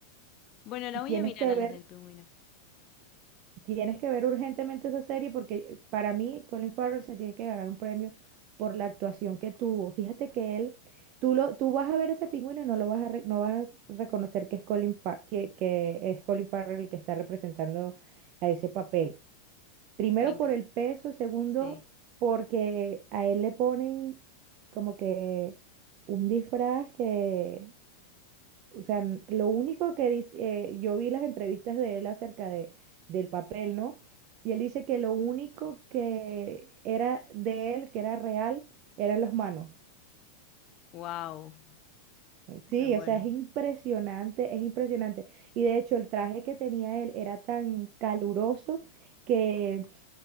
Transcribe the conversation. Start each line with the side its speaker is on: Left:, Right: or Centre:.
Left: Bueno, la
Right: Y
Left: voy
Right: tienes
Left: a mirar
Right: que
Left: a
Right: ver.
Left: las del pingüino.
Right: Tienes que ver urgentemente esa serie porque para mí Colin Farrell se tiene que ganar un premio por la actuación que tuvo. Fíjate que él, tú lo, tú vas a ver ese pingüino y no lo vas a, re- no vas a reconocer que es Colin Fa- que, que es Colin Farrell el que está representando a ese papel. Primero
Left: Me enc-
Right: por el peso, segundo
Left: sí.
Right: porque a él le ponen como que un disfraz que o sea, n- lo único que dice, eh, yo vi las entrevistas de él acerca de, del papel, ¿no? Y él dice que lo único que era de él, que era real, eran las manos.
Left: Wow,
Right: Sí,
Left: me muero.
Right: o sea, es impresionante, es impresionante. Y de hecho, el traje que tenía él era tan caluroso que